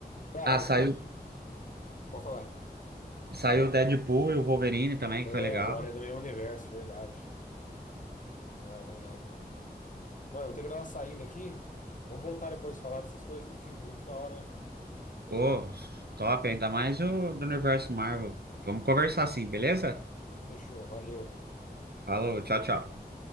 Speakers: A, on the left; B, on the right.
A: Cara,
B: ah,
A: vou
B: saiu.
A: ter que... Pode falar.
B: Saiu o Deadpool e o Wolverine também, que
A: É,
B: foi legal.
A: agora é do mesmo universo, verdade. Ah, verdade mesmo. Mano, vou ter que dar uma saída aqui. Vamos voltar depois a falar dessas coisas de filme, muito da hora, né, cara?
B: Pô, top, ainda mais o do universo Marvel. Vamos conversar assim, beleza?
A: Então fechou, valeu.
B: Falou, tchau, tchau.